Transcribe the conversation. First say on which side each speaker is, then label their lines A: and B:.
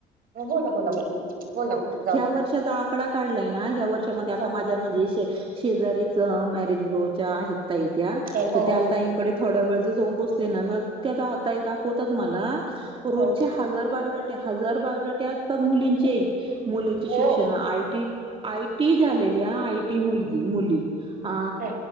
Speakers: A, on the right; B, on the right.
A: बोला बोला बोला बोला जाऊ
B: ह्या वर्षाचा आकडा काढलाय ना ह्या वर्षामध्ये आता माझ्या
A: दे.
B: म्हणजे शे शेजारीचं मॅरेज ब्रोच आहेत. ताई त्या्या
A: हो
B: तर त्या
A: हो
B: ताईंकडे थोड्या वेळ ज जाऊन बसले ना मग त्या ताई दाखवतात मला रोजचे
A: हो
B: हजार बायोडाटे हजार बायोडाटे मुलींची मुलींचे शिक्षण
A: हो
B: आयटी आय ती झालेली आय टी मुलगी मुली अ
A: हो